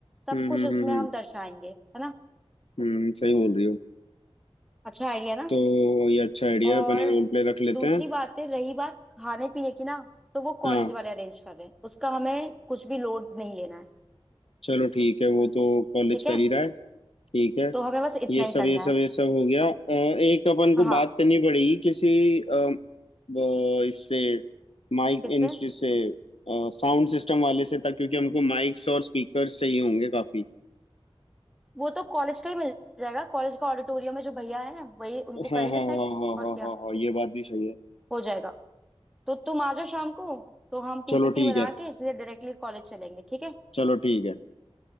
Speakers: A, in the centre; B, on the left.
A: सब
B: हम्म
A: कुछ
B: हम्म
A: उसमें
B: हम्म हम्म,
A: हम दर्शाएंगे है ना
B: हम्म, सही बोल रही हो
A: अच्छा आइडिया ना
B: तो ये अच्छा आइडिया
A: और
B: है अपन एक रोल प्ले रख लेते
A: दूसरी
B: हैं
A: बात है रही बात खाने पीने की ना तो वो कॉलेज
B: हाँ
A: वाले अरेंज कर रहे हैं उसका हमें कुछ भी लोड नहीं लेना है
B: चलो ठीक है वो तो कॉलेज
A: ठीक
B: कर
A: है
B: ही रहा है ठीक है
A: तो हमें बस इतना
B: ये
A: ही
B: सब
A: करना
B: ये सब
A: है
B: ये सब हो गया अ, एक अपन को
A: हाँ
B: बात करनी पड़ेगी किसी अ, वो इससे माइक
A: किससे
B: इन से साउंड सिस्टम वाले से था क्योंकि हमको माइक्स और स्पीकर्स चाहिए होंगे काफी
A: वो तो कॉलेज का ही मिल जाएगा कॉलेज का ऑडिटोरियम में जो भैया है वही उनको
B: हाँ
A: करेंगे
B: हाँ
A: सेट
B: हाँ हाँ
A: और
B: हाँ
A: क्या
B: हाँ हाँ ये बात भी सही है
A: हो जाएगा तो तुम आ जाओ शाम को तो हम पीपीटी
B: चलो ठीक
A: बना
B: है
A: के इसलिए डायरेक्टली कॉलेज चलेंगे ठीक है
B: चलो ठीक है